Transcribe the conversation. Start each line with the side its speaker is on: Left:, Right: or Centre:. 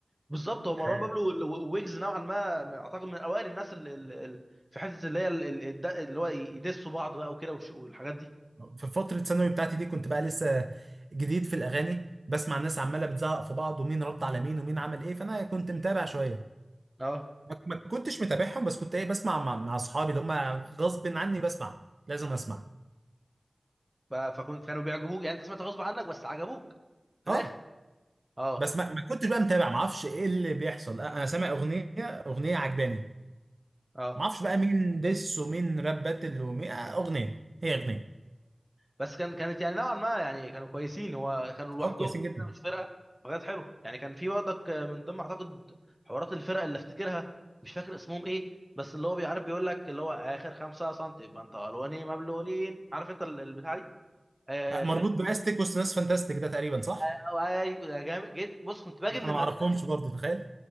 Centre: بالظبط هو مروان
Right: آه،
Centre: بابلو وال- وويجز نوعا ما اعتقد من اوائل الناس اللي في حته اللي هي ال- ال- الد- اللي هو يدسوا بعض بقى وكده والش- والحاجات دي
Right: في فترة الثانوي بتاعتي دي كنت بقى لسه جديد في الأغاني بسمع الناس عمالة بتزعق في بعض ومين رد على مين ومين عمل إيه فأنا كنت متابع شوية
Centre: اه
Right: ما ما كنتش متابعهم بس كنت ايه بسمع مع, مع اصحابي اللي هم غصب عني بسمع لازم اسمع
Centre: ف- فكنت كانوا بيعجبوك يعني انت سمعت غصب عنك بس عجبوك في
Right: اه
Centre: الاخر اه
Right: بس ما, ما كنتش بقى متابع ما اعرفش ايه اللي بيحصل آه، انا سامع اغنيه اغنيه عجباني
Centre: اه
Right: ما اعرفش بقى مين ديس ومين راب باتل ومين آه، اغنيه هي اغنيه
Centre: بس كان كانت يعني نوعا ما يعني كانوا كويسين هو كانوا لوحدهم
Right: اه كويسين جدا
Centre: كده مش فرقه فكانت حلوه يعني كان في برضك من ضمن اعتقد حوارات الفرق اللي افتكرها مش فاكر اسمهم ايه بس اللي هو بيعرف بيقول لك اللي هو اخر خمسة سم يبقى انت الواني مبلولين عارف انت ال- البتاع دي آه
Right: آه، مربوط
Centre: كانت
Right: باستيك وسط ناس فانتاستيك ده تقريبا صح
Centre: آه آه، أيوة، يا جامد جد بص كنت باجي
Right: لا،
Centre: من
Right: انا
Centre: المدرسه
Right: ما اعرفهمش برضه تخيل